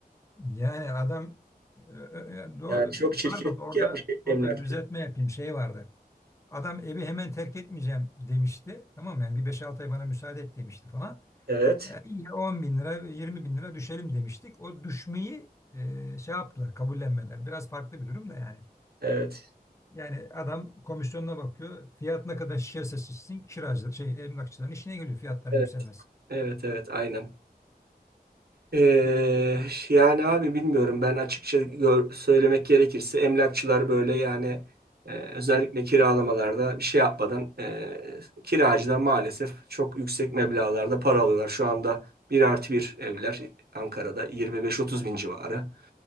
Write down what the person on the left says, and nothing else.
Yani adam e, e, e, yani do-
pardon orada
orada
düzeltme yapayım şey vardı. Adam evi hemen terk etmeyeceğim demişti. Tamam mı? yani bir beş altı ay bana müsaade et demişti falan.
İyi, 10 bin lira, 20 bin lira düşelim demiştik. O düşmeyi e, şey yaptılar, kabullenmeler. Biraz farklı bir durum da yani.
Yani adam komisyonuna bakıyor. Fiyat ne kadar şişerse şişsin kiracı, şey, emlakçıların işine geliyor fiyatların
yükselmesi.